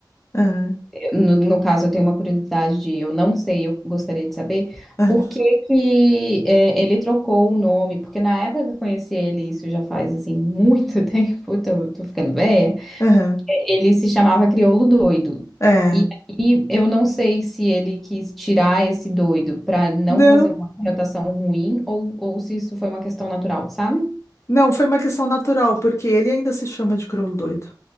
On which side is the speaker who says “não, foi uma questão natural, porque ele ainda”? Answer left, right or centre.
Left